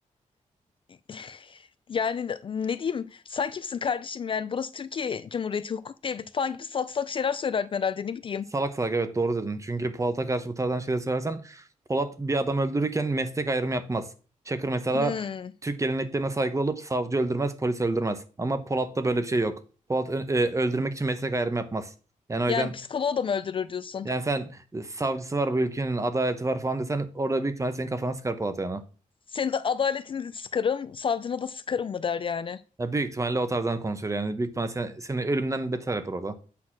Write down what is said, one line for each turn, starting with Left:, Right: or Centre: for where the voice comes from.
Left: <laughs> yani ne diyeyim? Sen kimsin kardeşim yani? Burası Türkiye Cumhuriyeti, hukuk devleti falan gibi salak salak şeyler söylerdim herhalde ne bileyim.
Right: Salak salak evet doğru dedin. Çünkü Polat'a karşı bu tarzdan şeyler söylersen Polat bir adam öldürürken meslek ayrımı yapmaz. Çakır mesela
Left: Hmm.
Right: Türk geleneklerine saygılı olup savcı öldürmez, polis öldürmez. Ama Polat'ta böyle bir şey yok. Polat ö- e, öldürmek için meslek ayrımı yapmaz. Yani o yüzden
Left: Yani psikoloğu da mı öldürür diyorsun?
Right: yani sen e, savcısı var bu ülkenin adaleti var falan desen orada büyük ihtimalle senin kafana sıkar Polat yani.
Left: Senin adaletini de sıkarım, savcına da sıkarım mı der yani.
Right: Ya büyük ihtimalle o tarzdan konuşuyor yani. Büyük ihtimalle sen- seni ölümden beter yapar orada.